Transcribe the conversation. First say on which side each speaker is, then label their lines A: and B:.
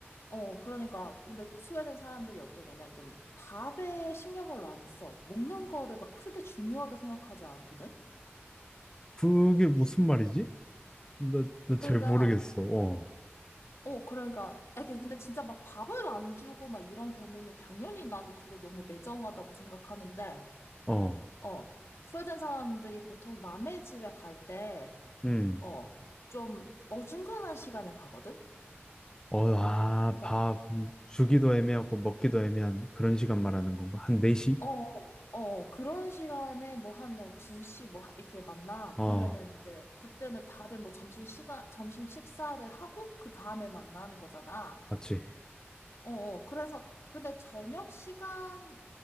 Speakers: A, on the left; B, on the left.
A: 어, 그러니까, 근데 또 스웨덴 사람들이 어떠냐면 좀 밥에 신경을 안 써. 먹는 거를 막 크게 중요하게 생각하지 않거든?
B: 그게 무슨 말이지? 나, 나 잘
A: 그러니까,
B: 모르겠어. 어,
A: 어, 그러니까, 아, 이게 근데 진짜 막 밥을 안 주고 막 이런 경우는 당연히 나는 그거 너무 매정하다고 생각하는데,
B: 어,
A: 어, 스웨덴 사람들이 보통 남의 집에 갈 때,
B: 응.
A: 어, 좀 어중간한 시간에 가거든?
B: 어, 아,
A: 그러니까,
B: 밥 주기도 애매하고 먹기도 애매한 그런 시간 말하는 건가? 한 4시?
A: 어, 어, 어, 그런 시간에 뭐한 2시 뭐 하- 이렇게 만나.
B: 어,
A: 그러면은 이제 그때는 다들 뭐 점심 시간, 점심 식사를 하고 그 다음에 만나는 거잖아.
B: 맞지?
A: 어, 어, 그래서 근데 저녁 시간에